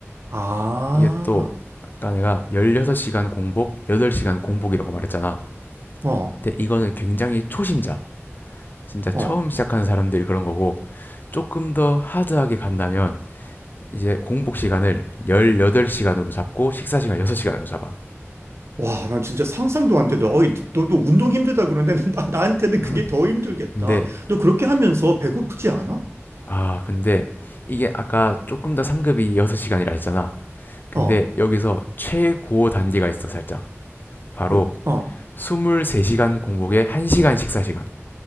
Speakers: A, on the right (about 60°); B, on the left (about 40°).
A: 아,
B: 이게 또, 아까 내가 16시간 공복, 8시간 공복이라고 말했잖아.
A: 어,
B: 근데 이거는 굉장히 초심자, 진짜 처음
A: 어.
B: 시작하는 사람들이 그런 거고 조금 더 하드하게 간다면 이제 공복 시간을 18시간으로 잡고 식사 시간 6시간으로 잡아.
A: 와, 난 진짜 상상도 안 되다. 어이, 너도 운동 힘들다 그러는데 <laughs> 나, 나한테는
B: <laughs>
A: 그게 더 힘들겠다.
B: 근데
A: 너 그렇게 하면서 배고프지 않아?
B: 아, 근데 이게 아까 조금 더 상급이 6시간이라 했잖아. 근데
A: 어,
B: 여기서 최고 단계가 있어, 살짝. 바로
A: 어, 어.
B: 23시간 공복에 1시간 식사 시간.